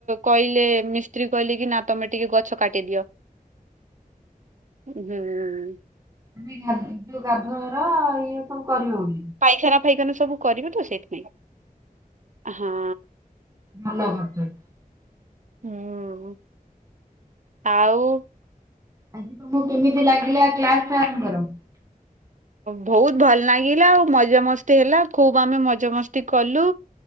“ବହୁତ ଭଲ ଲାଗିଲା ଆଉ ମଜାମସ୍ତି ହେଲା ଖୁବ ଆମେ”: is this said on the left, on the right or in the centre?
Right